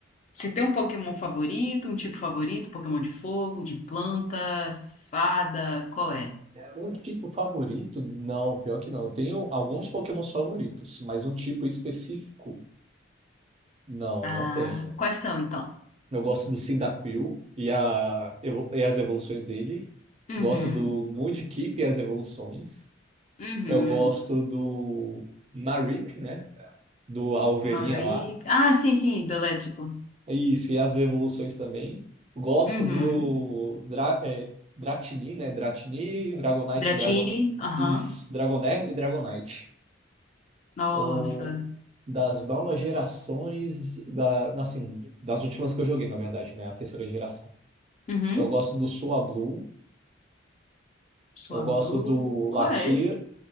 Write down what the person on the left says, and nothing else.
Você tem um Pokémon favorito, um tipo favorito, Pokémon de fogo, de planta, fada, qual é?
Ah,
quais são então?
Uhum,
uhum,
Marie.
Ah, sim, sim, do elétrico.
Uhum.
Dratini,
aham.
Nossa.
Uhum.
Sua
Blue.
Qual é esse?